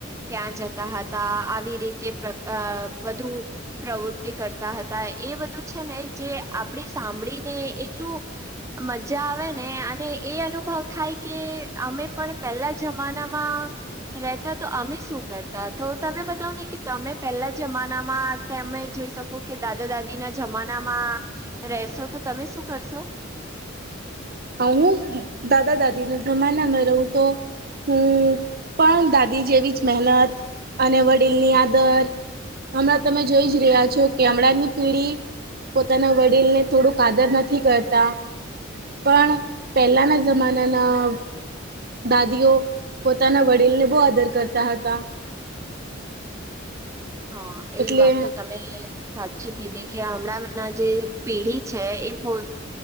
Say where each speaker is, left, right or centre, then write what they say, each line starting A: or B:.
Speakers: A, on the right; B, on the right.
A: ત્યાં જતા હતા આવી રીતે પ્રકા અ વધુ પ્રવૃતિ કરતા હતા એ બધું છે ને જે આપણે સાંભળીને એટલું મજા આવે ને અને એ અનુભવ થાય કે અમે પણ પહેલા જમાનામાં રહેતા તો અમે શું કરતા તો તમે બતાવ નને કે તમે પેલા જ જમાનામાં તમે જોઈ શકો કે દાદા દાદી ના જમાનામાં રહેશો તો તમે શું કરશો
B: હ હું દાદા દાદીને જમાના માં રહું તો હું પણ દાદી જેવી જ મહેનત અને વડીલની આદર હમણાં તમે જોઈ જ રહ્યા છો કે હમણાં ની પેઢી પોતાના વડીલ ને થોડુંક આદર નથી કરતા પણ પહેલાંના જમાનાના દાદીઓ પોતાના વડીલને બહુ આદર કરતા હતા
A: હા એ
B: એટલે
A: વાત તો તમે સાચી કીધી કે હમણાં ના જે પેઢી છે એ પો